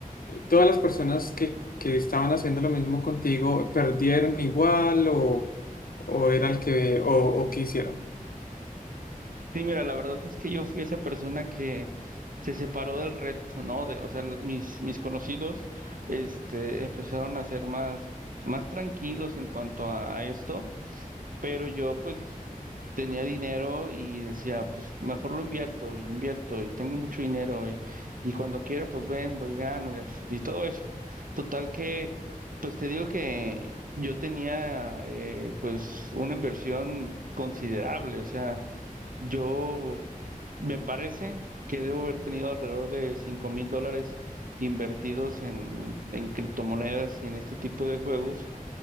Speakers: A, on the left; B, on the right.
A: ¿todas las personas que, que estaban haciendo lo mismo contigo perdieron igual o, o era el que, o, o qué hicieron?
B: Sí, mira, la verdad es que yo fui esa persona que se separó del resto, ¿no? De, o sea, lo- mis, mis conocidos, este, empezaron a ser más, más tranquilos en cuanto a, a esto, pero yo, pues, tenía dinero y decía, pues, mejor lo invierto, y invierto, y tengo mucho dinero, y, y cuando quiera, pues, vendo y gano, y, la ch- y todo eso. Total que, pues, te digo que yo tenía, eh, pues, una inversión considerable, o sea, yo me parece que debo haber tenido alrededor de cinco mil dólares invertidos en, en criptomonedas y en este tipo de juegos.